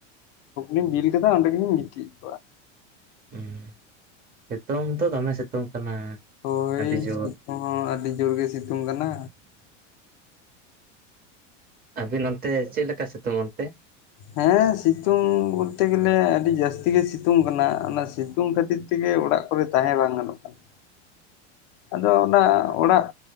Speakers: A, on the left (about 55°); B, on the right (about 25°).
A: ᱤᱧ ᱵᱤᱞ ᱠᱮᱫ ᱚᱸᱰᱮᱜᱤᱧ ᱜᱤᱛᱤᱡ ᱮᱱᱟ᱾
B: ᱦᱩᱸ ᱥᱤᱛᱩᱝ ᱦᱚᱛᱚ ᱫᱚᱢᱮ ᱥᱤᱛᱩᱝ ᱠᱟᱱᱟ᱾
A: ᱦᱳᱭ
B: ᱟᱹᱰᱤ ᱡᱳᱨ
A: ᱥᱤᱛᱩᱝ ᱦᱚᱸ ᱟᱹᱰᱤ ᱡᱳᱨ ᱜᱮ ᱥᱤᱛᱩᱝ ᱠᱟᱱᱟ᱾
B: ᱟᱵᱤᱱ ᱚᱱᱛᱮ ᱪᱮᱫ ᱞᱮᱠᱟ ᱥᱤᱛᱩᱝ ᱚᱱᱛᱮ?
A: ᱦᱮᱸ ᱥᱤᱛᱩᱝ ᱵᱚᱞᱛᱮ ᱜᱮᱞᱮ ᱟᱹᱰᱤ ᱡᱟᱹᱥᱛᱤ ᱜᱮ ᱥᱤᱛᱩᱝ ᱠᱟᱱᱟ᱾ ᱚᱱᱟ ᱥᱤᱛᱩᱝ ᱠᱷᱟᱹᱛᱤᱨ ᱛᱮᱜᱮ ᱚᱲᱟᱜ ᱠᱚᱨᱮ ᱛᱟᱦᱮᱸ ᱵᱟᱝ ᱜᱟᱱᱚᱜ ᱠᱟᱱᱟ᱾ ᱟᱫᱚ ᱚᱱᱟ ᱚᱲᱟᱜ